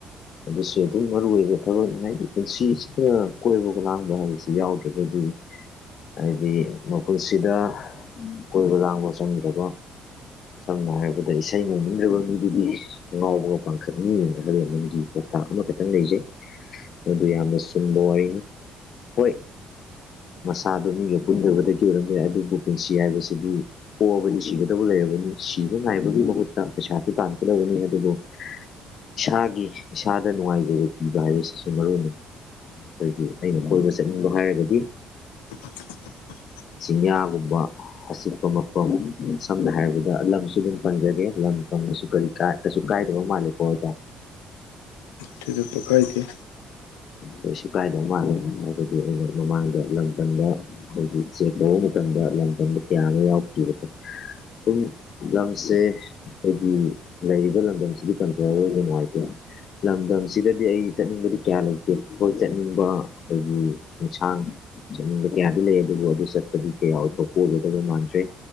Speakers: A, on the left; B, on the left.
A: ꯑꯗꯨꯁꯨ ꯑꯗꯨꯝ ꯃꯔꯨ ꯑꯣꯏꯕ ꯊꯕꯛꯅꯤ ꯍꯥꯏꯗꯤ ꯄꯨꯟꯁꯤꯁꯤꯗ ꯀꯣꯏꯕꯒ ꯂꯥꯡꯕ ꯍꯥꯏꯕꯁꯤ ꯌꯥꯎꯗ꯭ꯔꯒꯅꯤ ꯎꯝ ꯍꯥꯏꯗꯤ ꯃꯄꯨꯟꯁꯤꯗ ꯀꯣꯏꯕ ꯂꯥꯡꯕ ꯆꯪꯃꯤꯗ꯭ꯔꯀꯣ ꯁꯝꯅ ꯍꯥꯏꯔꯕꯗ ꯏꯁꯩ ꯉꯣꯡꯅꯤꯡꯗ꯭ꯔꯕ ꯃꯤꯗꯨꯗꯤ ꯉꯥꯎꯕꯒ ꯄꯥꯡꯈꯛꯅꯤꯅ ꯍꯥꯏꯕꯃꯒꯤ ꯄꯥꯎꯇꯥꯛ ꯑꯃꯈꯛꯇꯪ ꯂꯩꯖꯩ ꯑꯗꯨ ꯌꯥꯝꯅ ꯆꯨꯝꯕ ꯑꯣꯏꯅꯤ ꯍꯣꯏ ꯃꯁꯥꯗꯣ ꯃꯤꯒ ꯄꯨꯟꯗꯕꯗꯒꯤ ꯑꯣꯏꯔꯝꯃꯦ ꯌꯥꯏ ꯑꯗꯨꯕꯨ ꯄꯨꯟꯁꯤ ꯍꯥꯏꯕꯁꯤꯗꯤ ꯄꯣꯛꯑꯕꯗꯤ ꯁꯤꯒꯗꯕ ꯂꯩ ꯁꯤꯕ ꯉꯥꯏꯕꯒꯤ ꯃꯍꯨꯠꯇ ꯄꯩꯁꯥꯁꯨ ꯇꯥꯟꯒꯗꯕꯅꯤ ꯑꯗꯨꯕꯨ ꯏꯁꯥꯒꯤ ꯏꯁꯥꯗ ꯅꯨꯡꯉꯥꯏꯖꯕ ꯄꯤꯕ ꯍꯥꯏꯕꯁꯤꯁꯨ ꯃꯔꯨꯅꯤ ꯑꯩꯈꯣꯏꯒꯤ ꯑꯩꯅ ꯀꯣꯏꯕ ꯆꯠꯅꯤꯡꯕ ꯍꯥꯏꯔꯒꯗꯤ
B: <unintelligible>
A: ꯆꯤꯡꯌꯥꯒꯨꯝꯕ ꯑꯆꯤꯛꯄ ꯃꯐꯝ ꯁꯝꯅ ꯍꯥꯏꯔꯕꯗ ꯂꯝꯁꯨ ꯑꯗꯨꯝ ꯄꯟꯖꯒꯦ ꯂꯝ ꯪꯁꯨ ꯀꯔꯤ ꯀꯩꯁꯨ ꯀꯥꯏꯗꯕ ꯃꯥꯜꯂꯦꯀꯣ ꯑꯗ
B: ꯄꯦꯗꯗꯨ ꯄꯀꯥꯏꯗ
A: ꯀꯩꯁꯨ ꯀꯥꯏꯗꯧ ꯃꯥꯜꯂꯦ ꯍꯥꯏꯕꯗꯤ ꯑꯩꯅ ꯃꯃꯥꯡꯗ ꯂꯝ ꯀꯟꯕ ꯑꯩꯈꯣꯏꯒꯤ ꯆꯦꯛ ꯇꯧꯕ ꯃꯇꯝꯗ ꯂꯝꯗꯝꯗ ꯀꯌꯥ ꯑꯃ ꯌꯥꯎꯈꯤꯕꯗꯣ ꯑꯗꯨꯝ ꯂꯝꯁꯦ ꯑꯩꯈꯣꯏꯒꯤ ꯂꯩꯔꯤꯕ ꯂꯝꯗꯝꯁꯤꯒꯤ ꯄꯟꯖꯗ ꯌꯥꯝ ꯅꯨꯡꯉꯥꯏꯇꯦ ꯂꯝꯗꯝꯁꯤꯗꯗꯤ ꯑꯩ ꯆꯠꯅꯤꯡꯕꯗꯤ ꯀꯌꯥ ꯂꯩꯇꯦ ꯏꯈꯣꯏ ꯆꯠꯅꯤꯡꯕ ꯑꯩꯈꯣꯏꯒꯤ ꯆꯤꯡꯁꯥꯡ ꯆꯠꯅꯤꯡꯕ ꯀꯌꯥꯗꯤ ꯂꯩ ꯑꯗꯨ ꯑꯗꯨ ꯆꯠꯄꯗꯤ ꯀꯌꯥ ꯀ ꯑꯣꯏꯒꯗꯕ ꯃꯥꯟꯗ꯭ꯔꯦ